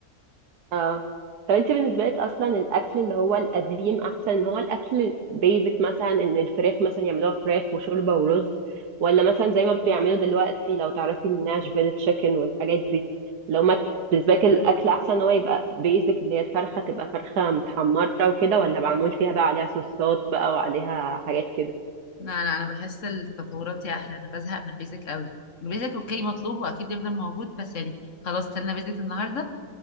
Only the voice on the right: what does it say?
اه طب انت بالنسبه لك اصلا الاكل اللي هو القديم احسن ان هو الاكل البيزك مثلا ان الفراخ مثلا يعملوها فراخ وشوربه ورز ولا مثلا زي ما بيعملوا دلوقتي لو تعرفي الناشفيل تشيكن والحاجات دي لو ما بالنسبه لك الاكل احسن ان هو يبقى بيزك اللي هي الفرخه تبقى فرخه متحمره وكده ولا معمول فيها بقى عليها صوصات بقى وعليها حاجات كده